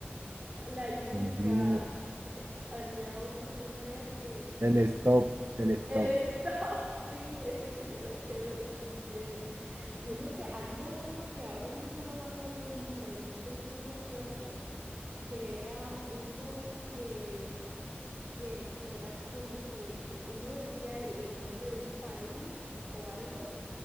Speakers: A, on the right; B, on the right.
A: La yuca,
B: el Jimmy,
A: eh, había otro, ¿cómo era que?
B: el stop, el stop.
A: El stop, <laughs> sí, ese sí era chévere también. Yo no sé, había uno que ahora mismo no me acuerdo el nombre, de pronto tú recuerdas, que era uno que, que era como que uno decía el, el nombre de un país o algo